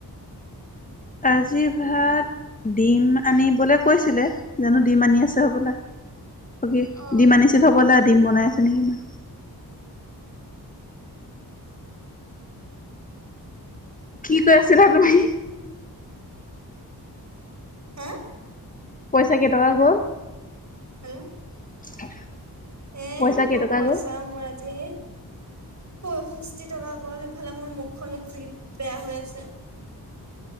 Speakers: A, on the left; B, on the right.
A: আজিৰ ভাত ডিম আনিবলে কৈছিলে জানো ডিম আনি আছে হবলা বাকী
B: অ
A: ডিম আনিছিল হ'বলা ডিম বনাই আছে নেকি ইমান কি কৈ আছিলা তুমি
B: হে
A: পইচা কেইটকা গ'ল
B: হেল্ল'
A: <unintelligible>
B: এ
A: পইচা
B: মোৰ
A: কেইটকা
B: পইচা
A: গ'ল
B: মোৰ আজি পয়ষষ্ঠি টকা গ'ল ইফালে মোৰ মুখখনো বেয়া হৈ আছে